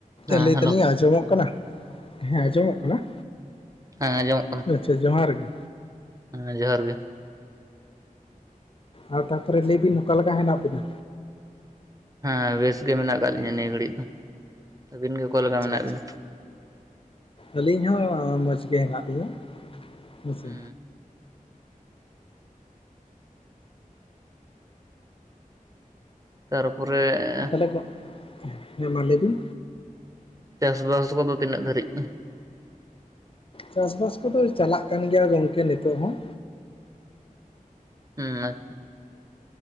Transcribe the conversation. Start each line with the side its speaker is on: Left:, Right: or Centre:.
Right: ᱦᱮᱸ
Left: ᱞᱟᱹᱭ
Right: ᱦᱮᱞᱳ
Left: ᱛᱟᱹᱞᱤᱧ ᱟᱸᱡᱚᱢᱚᱜ ᱠᱟᱱᱟ? ᱦᱮᱸ ᱟᱸᱡᱚᱢᱚᱜ ᱠᱟᱱᱟ᱾
Right: ᱦᱮᱸ ᱟᱸᱡᱚᱢᱚᱜ ᱠᱟᱱᱟ
Left: ᱠᱮ ᱡᱚᱦᱟᱨ ᱜᱮ᱾
Right: ᱦᱮᱸ ᱡᱚᱦᱟᱨ ᱜᱮ᱾
Left: ᱟᱨ ᱛᱟᱯᱚᱨᱮ ᱞᱟᱹᱭ ᱵᱤᱱ ᱚᱠᱟ ᱞᱮᱠᱟ ᱦᱮᱱᱟᱜ ᱵᱤᱱᱟ?
Right: ᱦᱮᱸ ᱵᱮᱥ ᱜᱮ ᱢᱮᱱᱟᱜ ᱠᱟᱜ ᱞᱤᱧᱟ ᱱᱤᱭᱟᱹ ᱜᱷᱟᱹᱲᱤᱜ ᱫᱚ᱾ ᱟᱹᱵᱤᱱ ᱜᱮ ᱚᱠᱟ ᱞᱮᱠᱟ
Left: ᱟᱪᱪᱷᱟ
Right: ᱢᱮᱱᱟᱜ
Left: ᱟᱪᱷᱟ,
Right: ᱵᱤᱱᱟ
Left: ᱟᱹᱞᱤᱧ ᱦᱚᱸ ᱢᱚᱸᱡᱽ ᱜᱮ ᱦᱮᱱᱟᱜ ᱞᱤᱧᱟᱹ᱾ ᱦᱮᱸ ᱥᱮ᱾
Right: ᱦᱩᱸ ᱛᱟᱨᱯᱚᱨᱮᱜ
Left: ᱛᱟᱦᱚᱞᱮ ᱠᱚ, ᱦᱮᱸ ᱢᱟ ᱞᱟᱹᱭ ᱵᱤᱱ᱾
Right: ᱪᱟᱥᱼᱵᱟᱥ ᱠᱚᱫᱚ ᱛᱤᱱᱟᱹᱜ ᱫᱷᱟᱹᱨᱤᱡ ᱩᱸᱦ,
Left: ᱪᱟᱥᱼᱵᱟᱥ ᱠᱚᱫᱚ ᱪᱟᱞᱟᱜ ᱠᱟᱱ ᱜᱮᱭᱟ ᱜᱚᱝᱠᱮ ᱱᱤᱛᱚᱜ ᱦᱚᱸ᱾
Right: ᱦᱩᱸᱻᱟᱪᱪᱷᱟ᱾